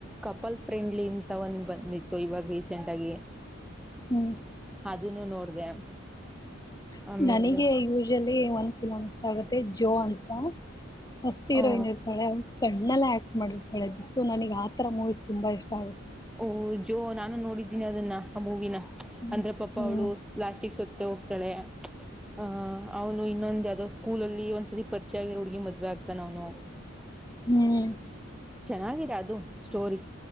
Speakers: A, in the centre; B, on the left (about 20°).
A: ಕಪಲ್ ಫ್ರೆಂಡ್ಲಿ ಅಂತ ಒಂದ್ ಬಂದಿತ್ತು ಇವಾಗ ರೀಸೆಂಟ್ ಆಗಿ
B: ಹ್ಮ್
A: ಅದನ್ನು ನೋಡ್ದೆ
B: <inaudible>
A: ಆಮೇಲೆ
B: ನನಗೆ ಯೂಶ್ಲಿ ಒಂದ್ ಫಿಲಮ್ ಇಷ್ಟ ಆಗುತ್ತೆ ಜೋ ಅಂತ ಫಸ್ಟ್ ಹೀರೋಯನ್
A: ಓ
B: ಇರ್ತಳ ಅವಳ ಕಣ್ಣಲ್ಲ ಆಕ್ ಮಾಡಿರ್ತಾಳ್ದು ಸೊ ನನಗೆ ಆತರ ಮೂವೀಸ್ ತುಂಬಾ ಇಷ್ಟ ಆಗುತ್ತೆ
A: ಓಹ ಜೋ ನಾನು ನೋಡಿದ್ದೀನಿ ಅದನ್ನ ಆ ಮೂೂವಿನ
B: ಹ್ಮ್
A: ಅಂದ್ರೆ ಪಾಪ
B: ಹ್ಮ್
A: ಅವಳು ಲಾಸ್ಟಿಗಿ ಸತ್ತ ಹೋಗ್ತಾಳೆ ಹ ಅವ್ನು ಇನ್ನೊಂದ್ ಅದೋ ಸ್ಕೂ ಅಲ್ಲಿ ಒಂದ್ಸತಿ ಪರಿಚ ಆಗಿರೋದು ಮದುವೆ ಆಗ್ತಾನ ಅವನು
B: ಹ್ಮ್
A: ಚೆನ್ನಾಗಿದೆ ಅದು ಸ್ಟೋರಿ